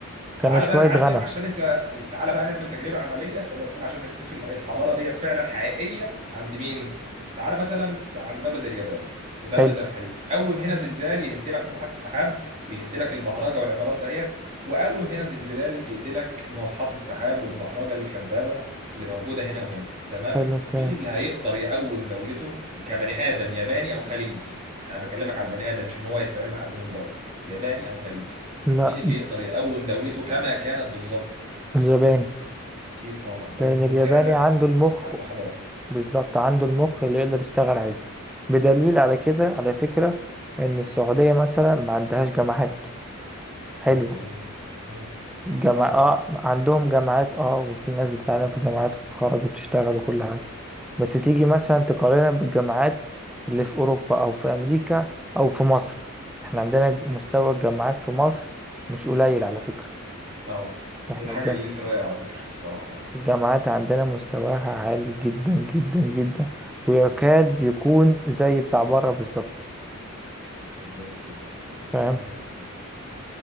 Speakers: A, in the centre; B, on the right (about 30°).
A: كانوا
B: تعالى
A: شوية
B: بقى يا معلم
A: غنم
B: عشان انت تعالى بقى نعمل تجربة عملية تمام عشان نشوف ال- الحضارة ديت فعلا حقيقية عند مين تعالى مثلا عند دولة زي اليابان ودولة
A: حلو
B: زي الخليج قوم هنا زلزال يهد لك ناطحات السحاب ويهد لك البهرجة والعمارات دهيت وقوم هنا زلزال يهد لك ناطحات السحاب والبهرجة الكدابة اللي موجودة هنا وهنا تمام
A: حلو كده
B: مين اللي هيقدر يقوم دولته كبني آدم ياباني أو خليجي انا بكلمك على البني آدم مش ان هو يستعين بحد من بره ياباني أو خليجي
A: لا
B: مين اللي يقدر يقوم دولته كما كانت بالظبط
A: الياباني
B: اكيد طبعا لان
A: لأن
B: هو
A: الياباني
B: فعلا
A: عنده المخ
B: اللي عنده حضاره
A: بالظبط عنده المخ اللي يقدر يشتغل عليه بدليل على كده على فكرة إن السعودية مثلا ما عندهاش جامعات حلوة
B: مم، جميل جدا مم،
A: جامعة
B: حصل
A: آه
B: حصل
A: عندهم جامعات اه وفي ناس بتتعلم في جامعات وتتخرج وتشتغل وكل حاجة بس تيجي مثلا تقارنها بالجامعات اللي في أوروبا أو في أمريكا أو في مصر احنا عندنا ج- مستوى الجامعات في مصر مش قليل على فكرة
B: اه دي
A: احنا
B: الحاجه
A: الجام...
B: اللي لسه باقيه على فكره الصراحه يعني
A: الجامعات عندنا مستواها عالي جدا جدا جدا ويكاد يكون زي بتاع بره بالظبط
B: جميل جدا
A: فاهم
B: جميل جدا